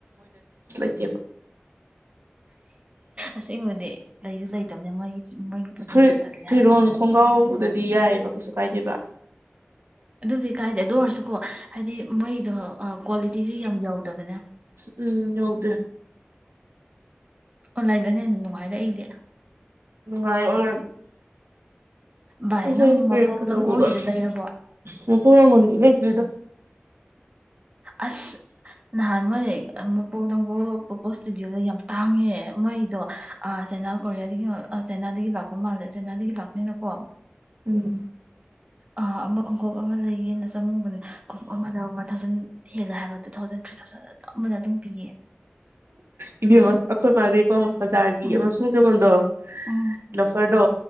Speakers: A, on the right; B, on the right.
A: ꯞ
B: ꯑꯁꯦꯡꯕꯗꯤ ꯂꯩꯁꯨ ꯂꯩꯇꯕꯅꯦ ꯃꯣꯏꯒꯤ ꯃꯣꯏꯒꯤ ꯄꯣꯠ
A: ꯐꯔꯤ
B: ꯆꯩꯁꯨ ꯇꯜꯂꯦ
A: ꯐꯤꯔꯣꯟ
B: ꯍꯥꯏꯕ
A: ꯈꯣꯡꯒꯥꯎ ꯗꯤ ꯌꯥꯏꯑꯕ ꯀꯩꯁꯨ ꯀꯥꯏꯗꯦꯕ
B: ꯑꯗꯨꯗꯤ ꯀꯥꯏꯗꯦ ꯑꯗꯨ ꯑꯣꯏꯔꯁꯨꯀꯣ ꯍꯥꯏꯗꯤ ꯃꯩꯗ ꯀ꯭ꯋꯥꯂꯤꯇꯤꯁꯨ ꯌꯥꯝ ꯌꯥꯎꯗꯕꯅꯦ
A: ꯎꯝ ꯌꯧꯗꯦ
B: ꯑꯣꯟꯂꯥꯏꯟꯗꯅ ꯍꯦꯟꯅ ꯅꯨꯡꯉꯥꯏꯔꯛꯏꯗꯤ
A: ꯅꯨꯡꯉꯥꯏ ꯑꯣꯟ
B: ꯚꯥꯏ
A: ꯑꯁꯗꯤ
B: ꯅꯪ
A: ꯄꯤꯔꯀ
B: ꯃꯄꯣꯛ
A: ꯇꯧꯕꯒ
B: ꯂꯝꯒꯣꯜꯒꯤꯗꯣ ꯂꯩꯔꯕꯣ
A: ꯃ ꯄꯨꯅꯃꯣꯟꯒꯤ ꯂꯩꯈ꯭ꯔꯤꯗ
B: ꯑꯁ ꯅꯍꯥꯟꯃꯣꯏꯌꯦꯛ ꯃꯄꯣꯛꯇꯪꯒꯣ ꯄꯄꯣꯛ ꯏꯁꯇꯨꯗꯤꯑꯣꯗꯣ ꯌꯥꯝ ꯇꯥꯡꯉꯦ ꯃꯩꯗꯣ ꯆꯩꯅꯥ ꯀꯗꯒꯤ ꯑ ꯆꯦꯟꯗꯥꯗꯒꯤꯕ ꯃꯃꯜꯗ ꯆꯅꯥꯗꯒꯤ ꯂꯥꯛꯄꯅꯀꯣ
A: ꯎꯝ
B: ꯑ ꯑꯃ ꯈꯣꯡꯀꯞ ꯑꯃ ꯂꯩꯒꯦꯅ ꯆꯪꯉꯨꯕꯅꯦ ꯈꯣꯡꯎꯞ ꯑꯃꯗ ꯋꯥꯟ ꯊꯥꯎꯖꯟ ꯍꯦꯜꯂꯦ ꯍꯥꯏꯕ ꯇꯨ ꯊꯥꯎꯖꯟ ꯊ꯭ꯔꯤ ꯊꯥꯎꯖꯟ ꯑꯗꯨꯝ ꯑꯃꯗ ꯑꯗꯨꯝ ꯄꯤꯌꯦ
A: ꯏꯃ ꯑꯈꯣꯏ ꯃꯥꯦ ꯑꯣ ꯕꯖꯥꯔꯒꯤ
B: ꯎꯝ
A: ꯑꯃꯁꯨꯡ ꯀꯩꯅꯣꯟꯗꯣ
B: ꯎꯝ
A: ꯂꯣꯐꯔꯗꯣ